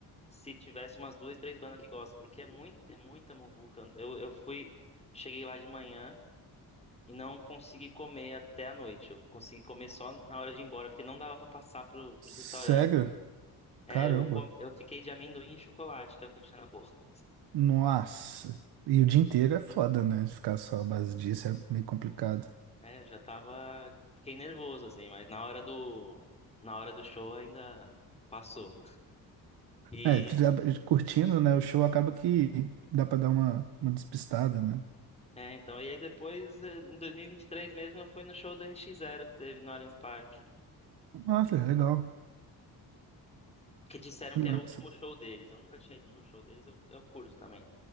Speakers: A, on the left; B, on the right.
A: se tivesse umas duas, três bandas que gostam, porque é muito, é muita muvuca. Eu, eu fui, cheguei lá de manhã e não consegui comer até a noite. Eu consegui comer só na hora de ir embora, porque não dava para passar pro, pros
B: Sério?
A: restaurantes. É,
B: Caramba.
A: eu, com- eu fiquei de amendoim e chocolate, que é o que eu tinha na boca.
B: Nossa. E o dia inteiro é foda, né? Ficar só à base disso é meio complicado.
A: É, eu já tava. Fiquei nervoso, assim, mas na hora do. Na hora do show ainda passou. E.
B: É, tu já- curtindo, né? O show acaba que dá pra dar uma, uma despistada, né?
A: É, então. E aí depois, eh, em 2023 mesmo, eu fui no show do NX Zero que teve no Allianz Parque.
B: Nossa, é legal.
A: Que disseram
B: Que
A: que
B: massa.
A: era o último show deles. Eu nunca tinha ido no show deles, eu, eu curto também.